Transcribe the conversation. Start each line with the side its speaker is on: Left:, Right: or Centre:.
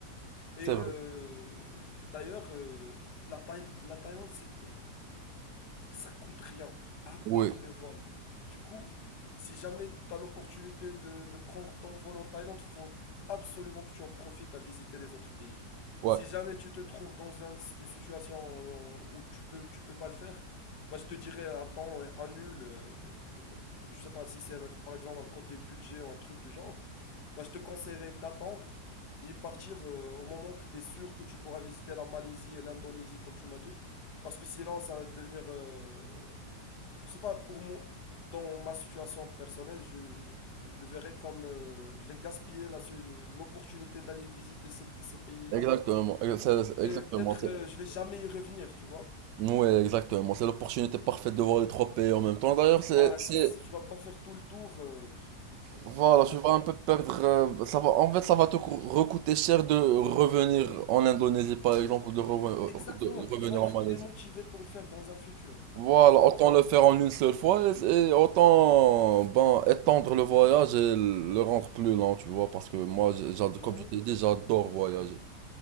Left: Et
Right: C'est vrai.
Left: euh, d'ailleurs, euh, la Thaï- la Thaïlande, c'est ça coûte rien, à part
Right: Oui,
Left: le vol. Du coup, si jamais tu as l'opportunité de, de prendre ton vol en Thaïlande, faut absolument que tu en profites à visiter les autres pays.
Right: ouais,
Left: Si jamais tu te trouves dans un- une situation où tu peux, tu peux pas le faire, bah je te dirais attends, annule. euh, je sais pas si c'est par exemple un côté budget ou un truc du genre, bah je te conseillerais d'attendre et partir euh, au moment que tu es sûr que tu pourras visiter la Malaisie et l'Indonésie comme tu m'as dit. Parce que sinon, ça va devenir euh, je sais pas, pour moi, dans ma situation personnelle, je, je- je- le verrais comme euh, je vais gaspiller la su- l'opportunité d'aller visiter ces, ces pays-là.
Right: exactement. exa- c'est-
Left: Et
Right: Exactement.
Left: peut-être
Right: c'est-
Left: euh, je vais jamais y revenir, tu vois.
Right: Ouais, exactement. C'est l'opportunité parfaite de voir les trois pays en même temps. D'ailleurs, c'est,
Left: Voilà,
Right: c'est,
Left: si, si tu vas pas faire tout le tour, euh,
Right: voilà,
Left: non.
Right: tu vas un peu perdre. euh, ça va, en fait, ça va te co- recoûter cher de revenir en Indonésie, par exemple, ou de, reven-
Left: Exactement,
Right: euh, de revenir
Left: tu vas être
Right: en Malaisie.
Left: démotivé pour le faire dans un futur.
Right: Voilà,
Left: Crois-moi.
Right: autant le faire en une seule fois et, et autant ben, étendre le voyage et le rendre plus lent, tu vois, parce que moi, j'ai- j'ad-
Left: Ouais.
Right: comme je t'ai dit, j'adore voyager.